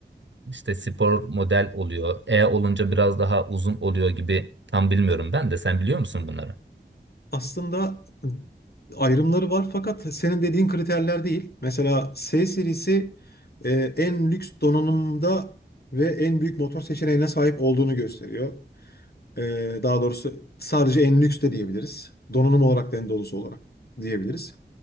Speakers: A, on the right; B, on the left.
A: işte spor model oluyor. E olunca biraz daha uzun oluyor gibi tam bilmiyorum ben de. Sen biliyor musun bunları?
B: Aslında e, ayrımları var fakat senin dediğin kriterler değil. Mesela S serisi e, en lüks donanımda ve en büyük motor seçeneğine sahip olduğunu gösteriyor. E, daha doğrusu sadece en lüks de diyebiliriz. Donanım olarak da en dolusu olarak diyebiliriz.